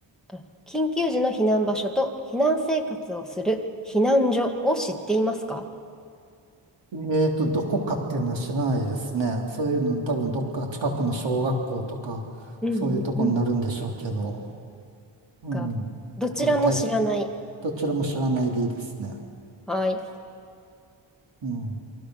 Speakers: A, in the centre; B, on the right (about 70°).
A: あ緊急時の避難場所と避難生活をする避難所を知っていますか
B: えーと、どこかっていうのは知らないですね。そういうの多分どっか近くの小学校とか、
A: うんうん。
B: そういうとこになるんでしょうけど、うん。
A: が、どちらも知らない。
B: とか、大しどちらも知らないでいいですね。
A: はい。
B: うん。